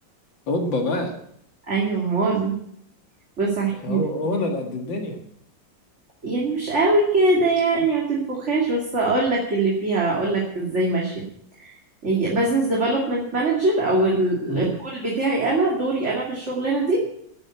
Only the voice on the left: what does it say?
هوبا بقى
هو
انا قد الدنيا
مم.